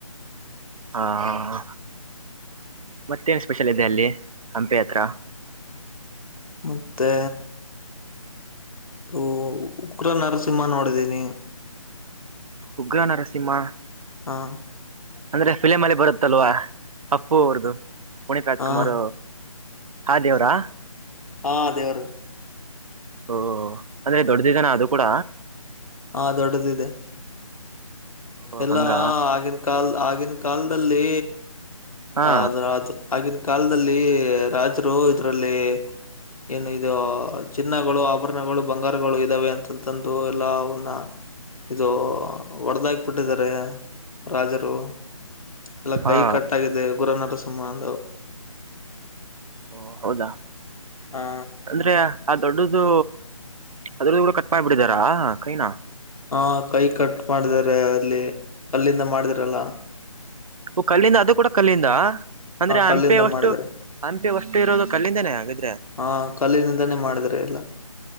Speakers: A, on the right; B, on the left.
A: ಹ ಹ ಹ ಮತ್ತೇನ್ ಸ್ಪೆಷಲ್ ಇದೆ ಅಲ್ಲಿ ಹಂಪೆ ಹತ್ರ
B: ಮತ್ತೇ ಓ ಉಗ್ರ ನರಸಿಂಹ ನೋಡಿದೀನಿ
A: ಉಗ್ರ ನರಸಿಂಹ
B: ಹಾ
A: ಅಂದ್ರೆ ಫಿಲಂಅಲ್ಲಿ ಬರುತ್ತಲ್ವಾ ಅಪ್ಪು ಅವರದು ಪುನೀತ್ ರಾಜಕುಮಾರ್
B: ಹಾ
A: ಹಾ ದೇವ್ರ ಹ
B: ಹಾ ದೇವ್ರು
A: ಓ ಹೋ ಹೋ ಅದೇ ದೊಡ್ಡದಿದೆ ಅದು ಕೂಡ
B: ಹಾ ದೊಡ್ಡದು ಇದೆ
A: ಓ
B: ಎಲ್ಲಾ
A: ಹಂಗ
B: ಆಗಿನ್ ಕಾಲ್ ಆಗಿನ ಕಾಲದಲ್ಲಿ
A: ಹಾ
B: ಅದ್ರ ಅದು ಆಗಿನ್ ಕಾಲದಲ್ಲಿ ರಾಜರು ಇದ್ರಲ್ಲಿ ಏನು ಇದು ಚಿನ್ನಗಳು ಆಭರಣಗಳು ಬಂಗಾರಗಳು ಇದ್ದಾವೆ ಅಂತಂತಂದು ಎಲ್ಲ ಅವನ್ನ ಇದು ಹೊಡೆದಾಗಿಬಿಟ್ಟಿದ್ದಾರೆ ರಾಜರು ಎಲ್ಲ
A: ಹಾ
B: ಕೈಕಟ್ಟಾಗಿದೆ ಉಗ್ರ ನರಸಿಂಹಂದು
A: <inaudible> ಹೌದಾ
B: ಹಾ
A: ಅಂದ್ರೆ ಆ ದೊಡ್ಡದು ಅದ್ರದ್ದು ಕೂಡ ಕಟ್ ಮಾಡ್ಬ ಬಿಡಿದಾರಾ ಕೈನಾ
B: ಹಾ ಕೈ ಕಟ್ ಮಾಡಿದಿದ್ದಾರೆ ಅಲ್ಲಿ ಅಲ್ಲಿಂದ ಮಾಡಿದಾರಲ್ಲ
A: ಓ ಕಲ್ಲಿಂದ ಅದು ಕೂಡ ಕಲ್ಲಿಂದ ಅಂದ್ರೆ ಆ
B: ಕಲ್ಲಿಂದ
A: ಹಂಪೆವಷ್ಟು
B: ಮಾಡಿದ್ದಾರೆ
A: ಹಂಪಿ ವಷ್ಟು ಇರೋದು ಕಲ್ಲಿಂದನೇ ಹಾಗದ್ರೆ
B: ಆ ಕಲ್ಲಿನಿಂದಾನೇ ಮಾಡಿದ್ದಾರೆ ಎಲ್ಲ